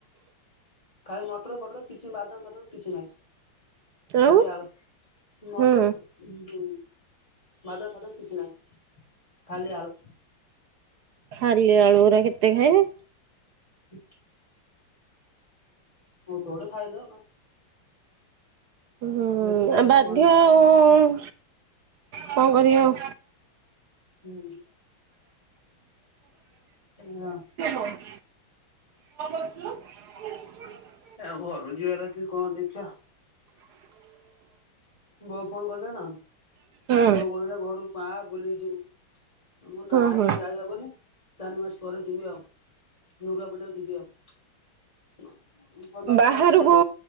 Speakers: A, on the left; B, on the right.
A: ଖାଲି ମଟର ଫଟର କିଛି ବାଦାମ ଫାଦାମ କିଛି ନାହିଁ।
B: କି ଆଉ
A: ଖାଲି ଆଳୁ ମଟର
B: ହୁଁ
A: ହ ହୁ ବାଦାମ ଫାଦମ କିଛି ନାହିଁ ଖାଲି ଆଳୁ।
B: ଖାଲି ଆଳୁ ଗୁରା କେତେ ଖାଇବେ।
A: <unintelligible> <unintelligible>
B: ହୁଁ
A: ବେଶୀ ଖାଇବାରେ
B: ଆଉ ବାଧ୍ୟ
A: ଭଲ
B: ଆଉ କଣ କରିଆ
A: ହଁ
B: ଆଉ।
A: ହୁଁ ହଁ।
B: <unintelligible> <inaudible>
A: ଏଉ ଘରୁ ଯିବାର ଅଛି କଣ ଦେଖିଆ। ବୋଉ ଫୋନ କରିଥିଲେ ନା
B: ହୁଁ
A: ବୋଉ କହୁଥିଲେ ଘରକୁ ଆ ବୁଲିକି ଯିବୁ। ମୁଁ ନା
B: ହଁ ହଁ
A: ଯାଇହବନି ଚାରି ମାସ ପରେ ଯିବି ଆଉ ଦୁର୍ଗା ପୂଜାକୁ ଯିବି ଆଉ। <unintelligible>
B: ବାହାରକୁ
A: କଣ